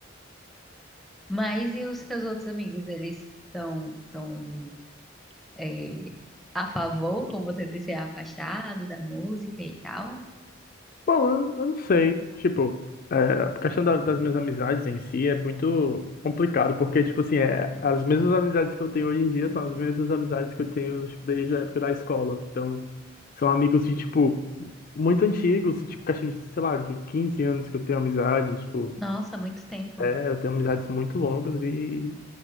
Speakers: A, in the centre; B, on the left.
A: Mas e os seus outros amigos? Eles estão tão, é, a favor com você ter se afastado da música e tal?
B: Bom, eu, eu não sei. Tipo, é, a questão da- das minhas amizades em si é muito complicado, porque, tipo assim, é, as mesmas amizades que eu tenho hoje em dia são as mesmas amizades que eu tenho, tipo, desde a época da escola. Então, são amigos de, tipo, muito antigos, tipo, questão de, sei lá, de 15 anos que eu tenho amizade, tipo,
A: Nossa, muito tempo.
B: é, eu tenho amizades muito longas e,